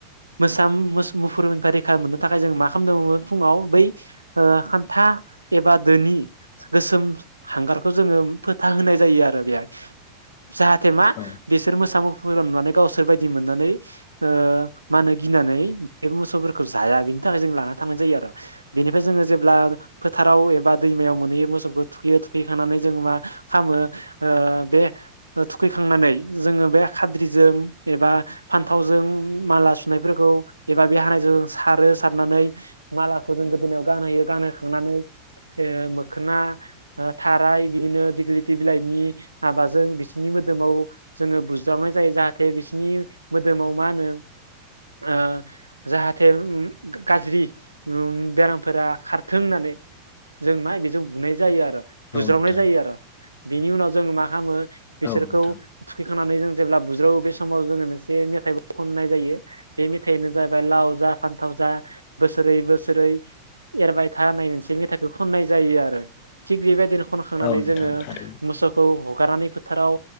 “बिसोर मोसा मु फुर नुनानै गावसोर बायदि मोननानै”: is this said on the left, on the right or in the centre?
Right